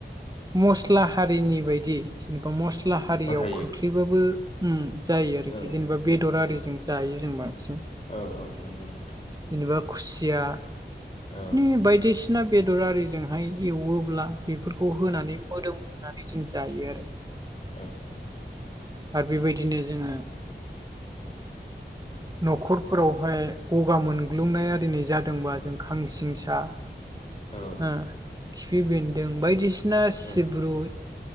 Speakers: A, on the right; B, on the left.
A: मस्ला हारिनि बायदि जेनेबा मस्ला हारियाव
B: बाहायो
A: खोख्लैबाबो उम जायो आरोखि
B: औ
A: जेनेबा बेदर आरिजों जायो जों बांसिन
B: औ औ नंगौ नोंथां।
A: जेनेबा खुसिया
B: औ
A: बायदिसि बायदिसिना बेदर आरिजोंहाय एवोब्ला बेफोरखौ होनानै मोदोम होनानै जों जायो आरो
B: औ
A: आरो बेबायदिनो जोङो न'खरफोरावहाय गगा मोनग्लुंनायआरिनि जादोंबा जों खांसिंसा
B: औ
A: ओ खिफि बेन्दों बायदिसिना सिब्रु
B: औ